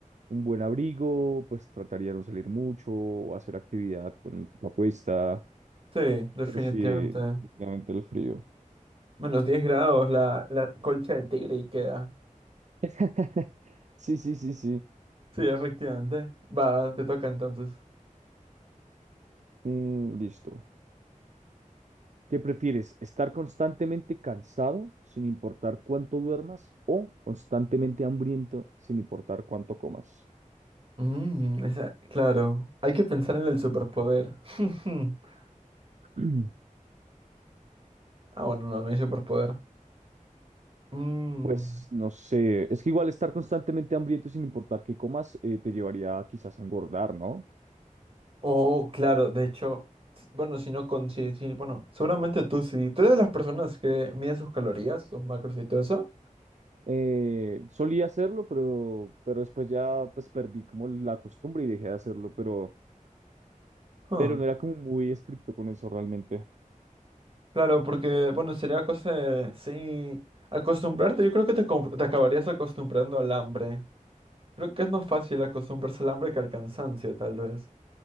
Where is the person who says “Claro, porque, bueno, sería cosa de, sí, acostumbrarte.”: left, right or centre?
Right